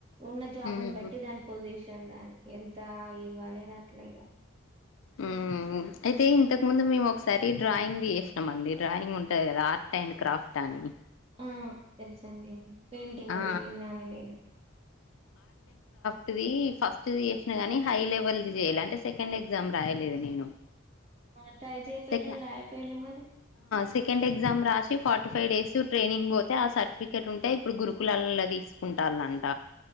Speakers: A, on the right; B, on the left.
A: ఉన్న జాబుని
B: ఉమ్
A: బట్టి దానికి పొజిషన్ దానికి ఎంత ఇవ్వాలి అని అట్లా ఇగా
B: ఉ అయితే ఇంతకు ముందు మేము ఒకసారి డ్రాయింగ్ది చేసినాం అండి డ్రాయింగ్ ఉంట ఉంటది కదా ఆర్ట్ అండ్ క్రాఫ్ట్ అని
A: ఆ తెలుసండి పెయింటింగ్
B: ఆ
A: ది విన్నాను నేను
B: అది ఫస్ట్ చేసినా కాని హై లెవెల్ది చేయాలి అంటే సెకండ్ ఎగ్జామ్ రాయలేదు నేను
A: మ ట్రై చేయ పోల్లు
B: సెక
A: అ రాయ పొయిల్లు మరి
B: సెకండ్ ఎగ్జామ్ రాసి, ఫార్టీ ఫైవ్ డేస్ ట్రైనింగ్ పోతే ఆ సర్టిఫికేట్ ఉంటే ఇప్పుడు గురుకులాల్ల తీసుకు కుంటాల్లంట